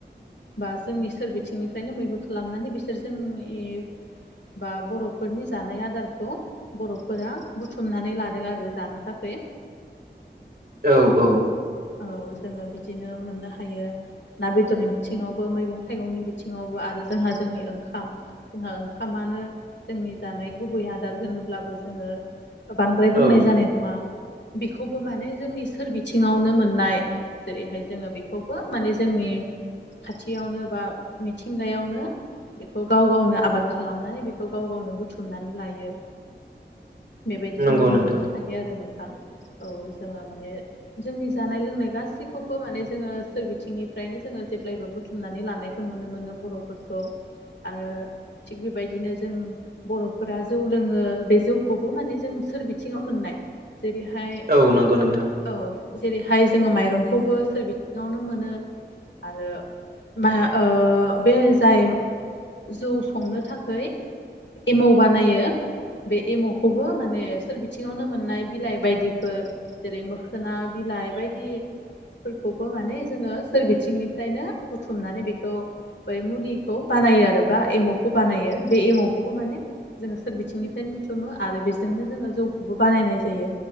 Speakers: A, on the left (about 80°); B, on the right (about 55°).
A: बा जोंनि सोर बिथिंनिफ्रायनो मैहुर खालामनानै बिसोर जोंनि बा बर'फोरनि जानाय आदारखौ बर'फोरा बुथुमनानै लादों आरो जानो थाखै।
B: औ औ।
A: औ जोङो बिदिनो मोननो हायो ना बेदरनि बिथिङाव। बो मैगं थाइगंनि बिथिङावबो आरो जोंहा जोंनि ओंखाम। जोंहा ओंखामानो जोंनि जानाय गुबै आदार होनोब्लाबो जोङो बांद्राय बुंनाय
B: औ
A: जानाय नङा बेखौबो माने जोंनि सोर बिथिङावनो मोननाय जेरैहाय जोङो बेखौबो माने जोंनि खाथियावनो बा मिथिंगायावनो बेखौ गाव गावनो आबाद खालामनानै बेखौ गाव गावनो बुथुमनानै लायो। बेबायदि
B: नंगौ
A: जोङो मोननो
B: नोंथां
A: हायो आरो नोंथां औ जोङो माने जोंनि जानाय लोंनाय गासैखौबो माने जोङो सोर बिथिंनिफ्रायनो जोङो जेब्लायबो बुथुमनानै लानायखौ नुनो मोनो बर'फोरखौ आरो थिग बेबायदिनो जों बर'फोरा जौ लोङो बे जौखौबो माने जों सोर बिथिङाव मोननाय जेरैहाय
B: औ नंगौ नोंथां
A: औ जेरैहाय जोङो माइरंखौबो सोर बिथिङावनो मोनो आरो मा ओ बे जाय जौ संनो थाखाय एमौ बानायो बे एम'खौबो माने सोर बिथिङावनो मोननाय बिलाइ बायदिफोर जेरै मोखोना बिलाइ बायदि फोरखौबो माने जोङो सोरबिथिंनिफ्रायनो बुथुमनानै बेखौ बै मुलिखौ बानायो आरो बा एमावखौ बानायो बे एमावखौबो माने जोङो सोर बिथिंनिफ्रायनो बुथुमो आरो बेजोंनो जोङो जौखौबो बानायनाय जायो